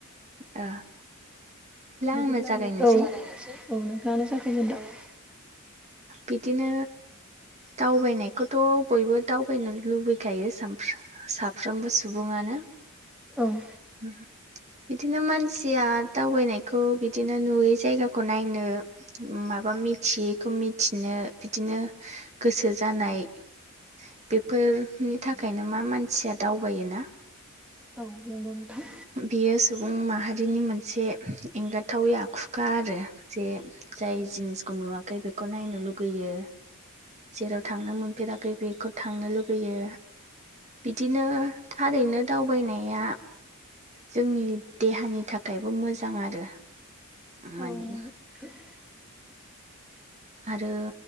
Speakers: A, on the right; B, in the centre.
A: ओ
B: बिदिब्ला
A: आंनो जागायनोसै
B: नोंथां आंनो जागायनोसै, औ औ नोंथाङानो जागायग्रोदो औ।
A: बिदिनो दावबायनायखौथ' बयबो दावबायनो लुबैखायो सानफ्रो साफ्रोमबो सुबुङानो।
B: औ।
A: <unintelligible> बिदिनो मानसिया दावबायनायखौ बिदिनो नुयै जायगाखौ नायनो माबा मिथियैखौ मिथिनो बिदिनो गोसो जानाय बेफोर नि थाखायनो मा मानसिया दावबायोना
B: औ नोंगौ नोंथां।
A: बियो सुबुं माहारिनि मोनसे एंगारथावै आखुखा आरो जे जाय जिनिसखौ नुवाखै बेखौ नायनो लुगैयो। जेराव थांनो मोनफेराखै बेखौ थांनो लुबैयो। बिदिनो थारैनो दावबायनाया जोंनि देहानि थाखायबो मोजां आरो मानि
B: औ <inaudible>
A: आरो